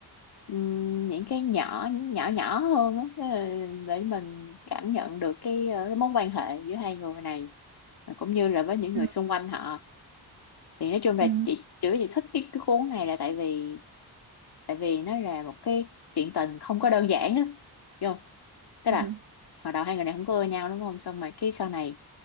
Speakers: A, on the left (about 65°); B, on the right (about 70°).
A: ừm, những cái nhỏ nhỏ nhỏ hơn á Tức là để mình cảm nhận được cái, ờ, cái mối quan hệ giữa hai người này cũng như là với những
B: ừ,
A: người xung quanh họ thì nói chung là
B: ừ,
A: chị chữ chị thích cái, cái cuốn này là tại vì tại vì nó là một cái chuyện tình không có đơn giản á hiểu không tức
B: ừ,
A: là hồi đầu hai người này không có ưa nhau đúng không xong rồi cái sau này